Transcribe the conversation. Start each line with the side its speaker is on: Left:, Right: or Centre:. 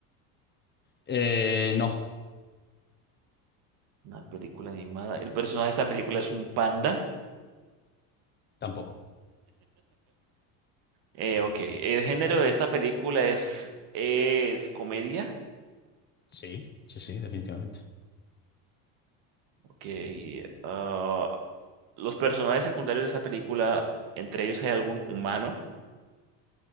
Left: Eh, no,
Right: Una película animada. El personaje de esta película es un panda.
Left: tampoco.
Right: Eh, ok. El género de esta película es, es comedia.
Left: Sí, sí, sí, definitivamente.
Right: Ok. Ah, los personajes secundarios de esta película, entre ellos hay algún humano.